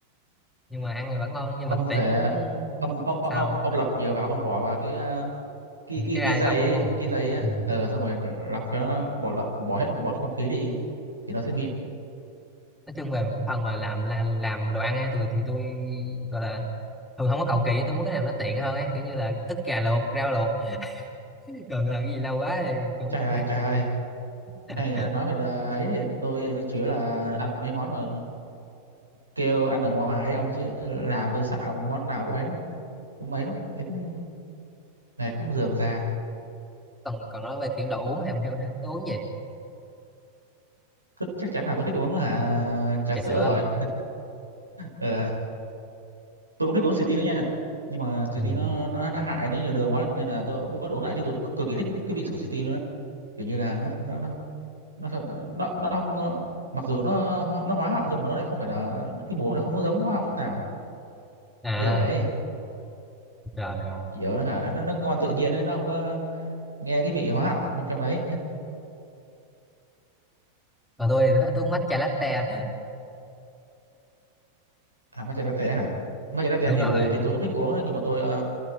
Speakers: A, in the centre; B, on the right.
A: nhưng
B: Ừ.
A: mà ăn thì vẫn ngon nhưng
B: ông
A: mà tỷ
B: phải
A: cũng, cũng
B: ông ông ông,
A: sao
B: ông lọc nhiều vào ông bỏ vào cái ờ, cái
A: những
B: cái
A: cái gai
B: cái giấy
A: lọc đúng không
B: ấy, cái giấy á
A: ừ.
B: ờ xong rồi lọc cho nó bỏ lợ- bỏ hết bọt không khí đi thì nó sẽ mịn
A: nói chung về cái phần mà làm là làm đồ ăn ấy, tôi thì tôi gọi là thường không có cầu kỳ á, tôi muốn cái nào nó tiện hơn ấy kiểu như là ức gà luộc rau luộc <laughs> còn là cái gì lâu quá thì cũng
B: trời ơi trời ơi này
A: <laughs>
B: à, nói về đà- ấy thì tôi chủ yếu là ăn mấy món mà kêu ăn ở ngoài ấy ông chứ làm tôi sợ một món nào cũng mấy lắm cũng mấy lắm thế cũng mệt cũng rườm rà
A: còn còn nói về kiểu đồ uống thì không hiểu ha. tôi uống gì
B: Thích- chắc chắn là tôi thích uống hả trà
A: trà
B: sữa
A: sữa à
B: rồi Ờ, tôi cũng thích uống Sweetie đấy nha nhưng mà Sweetie
A: ừ.
B: nó nó nó hại đi nhiều đường quá nên là tôi cũng bắt uống lại chứ tôi cực kỳ thích cái vị của Sweetie luôn á kiểu như là nó nó nó nó nó, nó không mặc dù nó nó hóa học nhưng mà nó lại không phải là cái mùi nó không có giống hóa học chút nào
A: à
B: kiểu vậy
A: rồi rồi
B: kiểu nó hả nó nó ngon tự nhiên ấy nó không có nghe cái vị hóa học trong trong đấy <laughs>
A: còn tôi thì tôi tôi uống matcha latte à.
B: à matcha latte hả matcha latte
A: đúng
B: thì
A: rồi
B: thì tôi cũng thích uống ấy, nhưng mà tôi ờ,